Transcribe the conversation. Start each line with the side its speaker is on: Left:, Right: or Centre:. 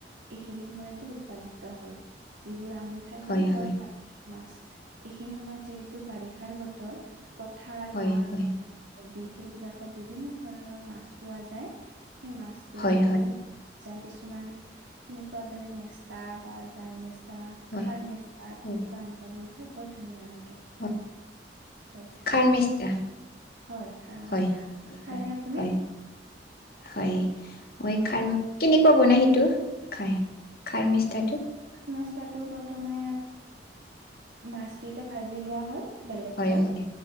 Right: এইখিনি সময়তে উৎপাদিত হয়। যিবোৰ আমি খাই কেনে
Left: হয়
Right: বৰ
Left: হয়
Right: ভাত, মাছ এইখিনি সময়ত যিহেতু বাৰিষাৰ বতৰ। পথাৰ
Left: হয়
Right: বা
Left: হয়
Right: ন নদী সেইবিলাকত বিভিন্ন ধৰণৰ মাছ পোৱা যায়। সেই মাছ বিলাকেৰে
Left: হয়
Right: সেই যা কিছুমান তুমি কোৱাৰ দৰে মেষ্টা বা জাল মেচা
Left: হয়
Right: খাৰ
Left: হয়
Right: মেচা
Left: হয়
Right: তেনেকুৱা আঞ্জা বোৰ খাই বৰ ধুনীয়া লাগে।
Left: হয়
Right: হয়
Left: খাৰ মেষ্টা
Right: হয় খাৰ মিষ্ঠা।
Left: হয় হয়
Right: খাই
Left: হয়
Right: নে আপুনি?
Left: হয় হয় মই
Right: অ',
Left: খাই মই কেনেকুৱা বনাই সেইটো খাই। খাৰমিষ্টাটো
Right: মেছাটো প্ৰথমে মাছকেইটা ভাজি লোৱা হয় বেলেগকৈ
Left: হয় হয়